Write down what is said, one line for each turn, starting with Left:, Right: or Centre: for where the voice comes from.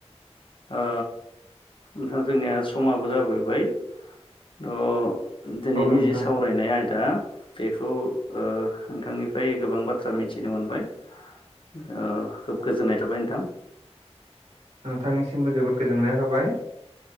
Left: ओ नोंथां जोंनिया समाबो जाबोबाय थ' दिनैनि
Right: औ नोंथां
Left: जि सावरायनाय आय दा बेखौ ओ नोंथांनिफ्राय गोबां बाथ्रा मिथिनो मोनबाय ओ खोब गोजोननाय थाबाय नोंथां।
Right: नोंथांनिसिमबो जोबोद गोजोननाय थाबाय।